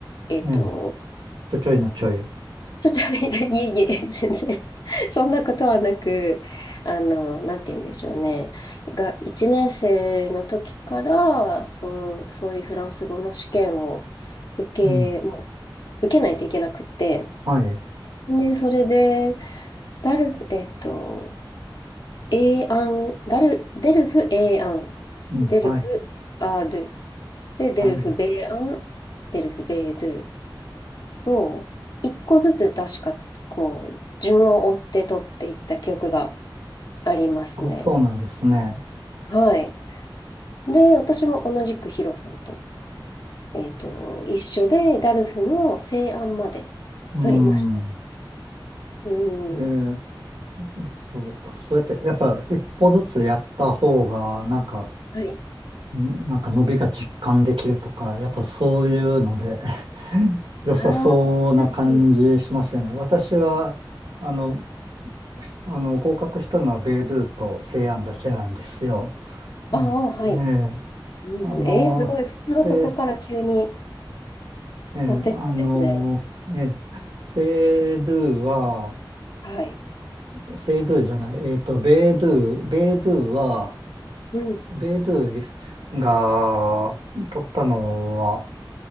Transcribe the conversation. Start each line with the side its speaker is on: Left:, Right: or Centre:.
Left: えっと、
Right: えちょちょいのちょい。
Left: ちょ、ちょ、いやいえいえ、全然、そんなことはなく、あの、なんて言うんでしょうね。が、1年生の時から、そう、そういうフランス語の試験を受
Right: うん。
Left: け、もう、受けないといけなくって、
Right: はい。
Left: で、それで、ダル、えっと、エーアン、ダル、デルフ、エーアン、
Right: うん。
Left: デルフ、
Right: はい。
Left: アードゥ。で、デルフ、
Right: あ、で
Left: ベーアン、デルフ、ベードゥと、一個ずつ確か、こう、順を追って取っていった記憶がありますね。
Right: あそうなんですね。
Left: はい。で、私も同じくヒロさんと、えっと、一緒で、ダルフの西安まで
Right: うん。
Left: 取りました。うん。
Right: ええそう、そうやって、やっぱ一歩ずつやった方が、なんか、
Left: はい。
Right: んなんか伸びが実感できるとか、やっぱそういうので <laughs> 良さそうな感じしますよね。
Left: ああ、うんうん。
Right: 私は、あの、あの、合格したのはベイドゥと西安だけなんですよ。ええ、
Left: ああ、はい。
Right: ええ
Left: うん、
Right: あの、
Left: えー、すごい。そんなとこから急に
Right: せ、ええ、
Left: 取ってったんですね。
Right: あの、ええ、セイドゥは、
Left: はい。
Right: セイドゥじゃない、えっと、ベイドゥ、ベイドゥは、
Left: うん。
Right: ベイドゥイが取ったのは、